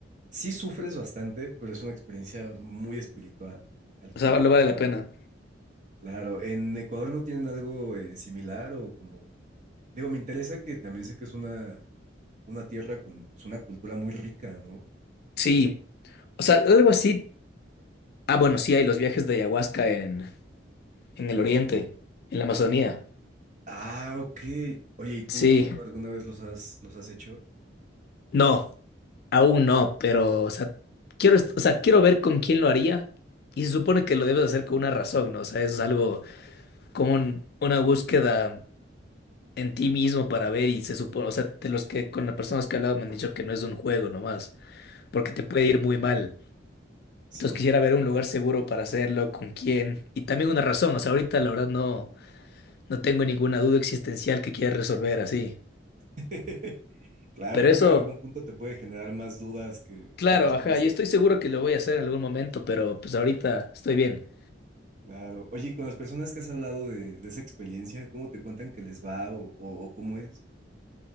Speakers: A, on the right; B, on the left.
A: sí sufres bastante, pero es una experiencia muy espiritual al final.
B: O sea, lo vale la pena.
A: Claro, ¿en Ecuador no tienen algo eh, similar o como... Digo, me interesa que también sé que es una, una tierra con pues, una cultura muy rica, ¿no?
B: Sí, o sea, algo así. Ah, bueno, sí, hay los viajes de ayahuasca en, en el oriente, en la Amazonía.
A: Ah, ok. Oye, ¿y tú
B: Sí,
A: alguna vez los has, los has hecho?
B: no, aún no, pero, o sea, quiero, est- o sea, quiero ver con quién lo haría. Y se supone que lo debes hacer con una razón, ¿no? O sea, eso es algo como un- una búsqueda en ti mismo para ver y se supone, o sea, de los que con las personas que he hablado me han dicho que no es un juego nomás, porque te puede ir muy mal.
A: Sí.
B: Entonces quisiera ver un lugar seguro para hacerlo, con quién. Y también una razón, o sea, ahorita la verdad no, no tengo ninguna duda existencial que quiera resolver así.
A: <laughs> Claro,
B: Pero
A: creo
B: eso,
A: que en algún punto te puede generar más dudas que,
B: claro,
A: que respuestas.
B: ajá, y estoy seguro que lo voy a hacer en algún momento, pero pues ahorita estoy bien.
A: Claro. Oye, y con las personas que has hablado de, de esa experiencia, ¿cómo te cuentan que les va o, o- o cómo es?